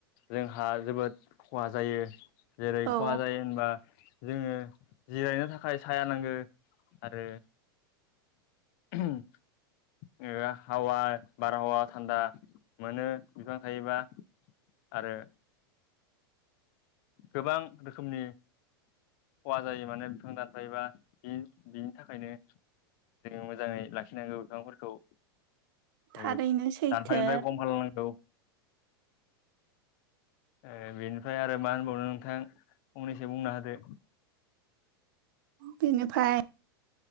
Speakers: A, on the left (about 50°); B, on the right (about 60°).
A: जोंहा जोबोद खहा जायो। जेरै
B: औ
A: खहा जायो होनबा जोङो जिरायनो थाखाय साया नांगो आरो। <unintelligible> बारहावा थान्दा मोनो बिफां थायोबा आरो गोबां रोखोमनि खहा जायो माने बिफां दानफायोबा बि थाखायनो जोङो मोजाङै लाखिनांगौ बिफांफोरखौ
B: थारैनो
A: ओ
B: सैथो
A: दानफायनिफ्राय खम खालामनांगौ। ए बेनिफ्राय आरो मा हो खौनो नोंथां फंनैसो बुंना होदो।
B: बिनिफ्राय